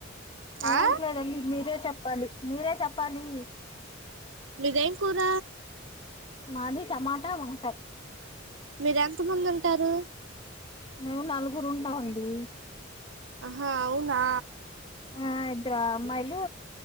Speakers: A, on the left (about 25°); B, on the right (about 70°).
A: ఏంటి
B: ఆ
A: లేడండి మీరే చెప్ప చెప్పాలి మీరే చెప్పాలి
B: మీదేం కూర
A: మాది టమాటా వంకాయ
B: మీర ఎంత మంది ఉంటారు
A: మేము నలుగురు ఉంటామండి
B: ఆహా అవునా
A: ఆ ఇద్దరు అమ్మాయిలు